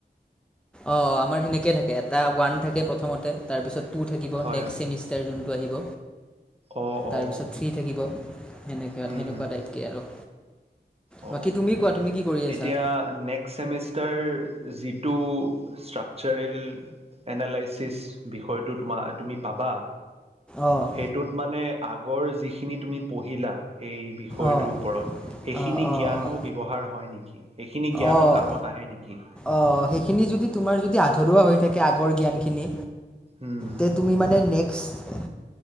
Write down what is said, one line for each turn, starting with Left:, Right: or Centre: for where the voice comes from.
Centre: অ, আমাৰ সেনেকে থাকে। এটা ওৱান থাকে, প্ৰথমতে তাৰপিছত টু থাকিব
Right: হয়
Centre: নেক্সট
Right: হয়।
Centre: চেমিষ্টাৰ যোনটো আহিব।
Right: অ' অ'
Centre: তাৰপিছত থ্ৰী থাকিব সেনেকুৱা আৰু
Right: উম,
Centre: সেনেকুৱা টাইপ কে আৰু।
Right: অ,
Centre: বাকী তুমি কোৱা তুমি কি কৰি আছা?
Right: এতিয়া নেক্সট চেমিষ্টাৰ যি টো ষ্ট্ৰাকচাৰেল এনালাইচিছ বিষয়টো তোমাৰ, তুমি পাবা।
Centre: অ',
Right: সেইটোত মানে আগ আগৰ যিখিনি তুমি পঢ়িলা সেই বিষয়টোৰ
Centre: অ',
Right: ওপৰত, সেই
Centre: অ', অ',
Right: জ্ঞানো
Centre: অ',
Right: ব্যৱহাৰ হয় নেকি? সেইখিনি জ্ঞানো
Centre: অ',
Right: কামত আহে নেকি?
Centre: অ', সেইখিনি যদি তোমাৰ যদি আধৰুৱা হৈ থাকে আগৰ জ্ঞানখিনি
Right: উম,
Centre: তে তুমি মানে নেক্স